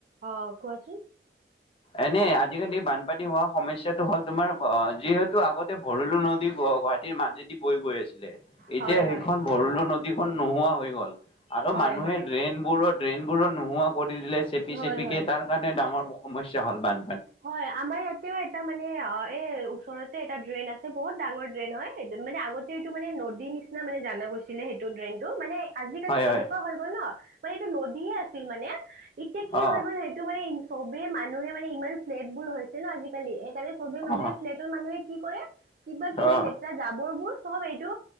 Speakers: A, on the right; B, on the left.
A: আহ কোৱাচোন
B: এনে আজিকালি বানপানী হোৱা সমস্যাটো হ'ল তোমাৰ অ যিহেতু আগতে ভৰলো নদী গুৱাহাটীৰ মাজেদি বৈ গৈ আছিলে এতিয়া
A: হয়
B: সেইখন
A: হয়
B: ভৰলো নদী যিখন নোহোৱা হৈ গ'ল <unintelligible> আৰু
A: হয়
B: মানুহে
A: হয়
B: ড্ৰেইন বোৰত ট্ৰেনবোৰত নোহোৱা ক' দিলে চেপি
A: হয়
B: চেপিকে
A: হয়
B: তাৰ কাৰণে ডাঙৰ সমস্যা হ'ল মান
A: হয় আমাৰ ইয়াতে এটা মানে এ ওচৰতে এটা ড্ৰেইন আছে বহুত ডাঙৰ ড্ৰেইন হয় মানে আগতেটো মানে নদীৰ নিচিনা মানে জানা গৈছিলে সেইটো ড্ৰেইনতটো মানে আজিকালি
B: হয় হয়
A: এনেকুৱা হৈ গ'ল ন মানে এইটো নদীয়ে আছিল মানে এতিয়া কি
B: অ
A: হৈ গ'ল সেইটো মানে চবে মানুহে মানে ইমান ন্েট বোৰ হৈছে ন আজিকালি সেইকাৰণে <unintelligible> চব মানুহে
B: অ
A: ফ্লেটৰ মানুহে কি কৰে? কিবা কিবি
B: অ
A: লেতেৰা জাবৰ বোৰ চব এইটো